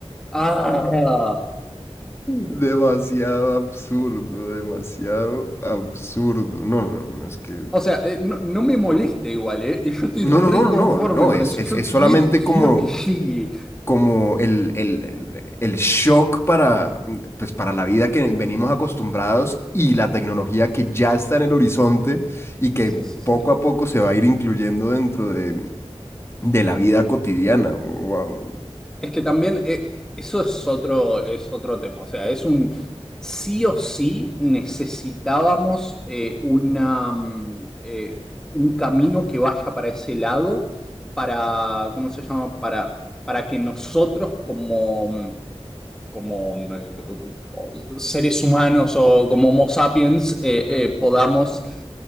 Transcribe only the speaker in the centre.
Ah,
o sea, eh, no, no me molesta igual, ¿eh? Yo estoy
reconforme
con
eso.
Yo
quiero,
quiero
que llegue.
Sí, sí, sí.
Es que también eh, eso es otro, es otro tema. O sea, es un sí o sí necesitábamos eh, una, mm, eh, un camino que vaya para ese lado, para, ¿cómo se llama? Para, para que nosotros como, mm, como mm, eh, seres humanos o como Homo sapiens eh, eh, podamos